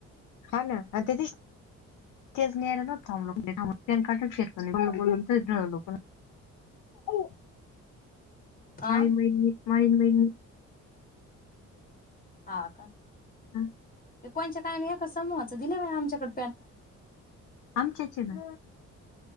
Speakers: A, on the left; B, on the left.
A: हा, ना. हा तेची तेच न्यायला नव्हतं थांबलो. <unintelligible> पॅन कार्डच घेतल नाही <unintelligible>
B: आ.
A: माय महीन मी मायन <unintelligible>
B: हा, का?
A: हम्म.
B: ते कोणच्या काय एकच समूहाचं दिलंय बाई आमच्याकडं.
A: आमच्याचे ना